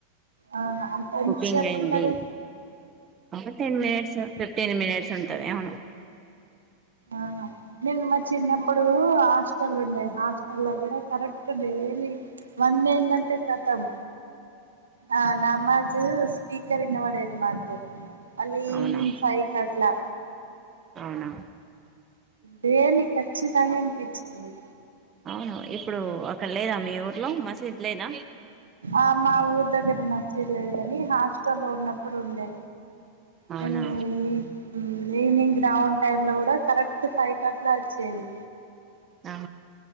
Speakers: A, on the right; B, on the right.
A: ఆహా అంత ఎంతసేపు
B: కుకింగ్ అయింది
A: ఉంటది
B: ఒక టెన్ మినిట్స్ ఫిఫ్టీన్ మినిట్స్ ఉంటది అవును
A: అవును నేను మా చిన్నప్పుడు ఆ హాస్టల్ ఉండయి హాస్టల్లో దగ్గర కరెక్ట్ లీ వన్ అయిందంటే కతం ఆ నామజ్ స్పీకర్ ఇనపడేది మాకు అల్
B: అవునా
A: ఈవ్నింగ్ ఫైవ్ కట్లా
B: అవునా
A: దేలి ఖచ్చితంగా వినిపించిది
B: అవును ఇప్పుడు అక్కడ లేదా మీ ఊర్లో మసీద్ లేదా
A: ఆ మా ఊరు దగ్గర మసీదు లేదు కాని హాస్టల్లో లో ఉన్నప్పుడు ఉండే
B: అవునా
A: మేము పోయి ఉం ఈవినింగ్ గ్రౌండ్ టైమ్ లో కూడా కరెక్ట్ ఫైవ్ కట్ల వచ్చేది
B: ఆ